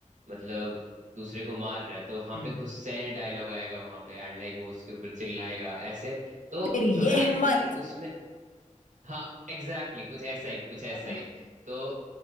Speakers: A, on the right; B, on the left.
A: मतलब दूसरे को मार रहा है तो वहां
B: हम्म
A: पे गुस्सैल डायलॉग आएगा वहां पे एंड लाइक वो उसके ऊपर चिल्लाएगा ऐसे तो
B: फिर ये
A: टोनालिटी
B: हिम्मत
A: उसमें हाँ एग्जैक्टली exactly, कुछ ऐसा ही कुछ ऐसा
B: हाँ,
A: ही तो